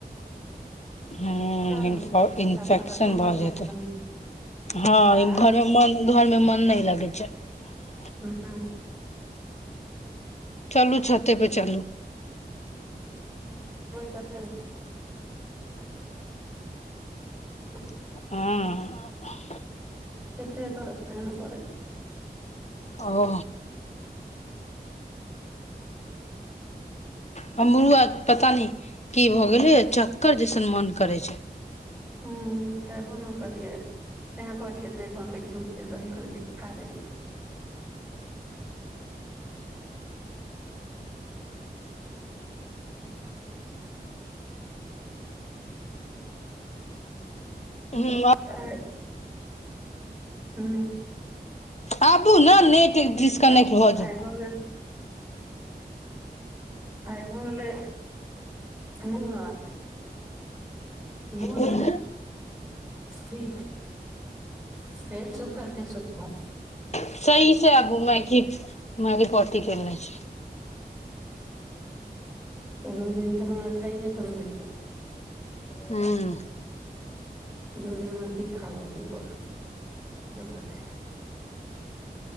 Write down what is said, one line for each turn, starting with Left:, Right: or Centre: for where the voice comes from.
Left: ह
Centre: चलू छत
Left: इन्फेक्शन
Centre: पर तऽ खूब बढ़िआँ
Left: भऽ जेतै
Centre: ठण्ड
Left: हँ
Centre: आ
Left: घर मे घर मे मन नहि लगै छैय
Centre: हँ
Left: चलू छाते परे चलू
Centre: तऽ फेर <unintelligible>
Left: हँ
Centre: श सर
Left: ओ हमरो आर पता न की भऽ गेलै चक्कर जैसन मोन करै छै
Centre: ह खाय बोन करलियै तैँँ कहलियै नहि बनबै छिय दही ख खा देलियै
Left: ह
Centre: आ हू
Left: आबू ने नेट डिस कनेक्ट भऽ
Centre: आइ
Left: जेतै
Centre: गेल आइ भ् गेले मंगल दूध
Left: ह
Centre: पी फेर सब करके सुतबा
Left: सही से आबू मै की मैरी पोटी करने छै
Centre: दु दिन तऽ हमरा खाइए क रहैए
Left: ह्म
Centre: दु दिनमे की खावऽ की कर जो भक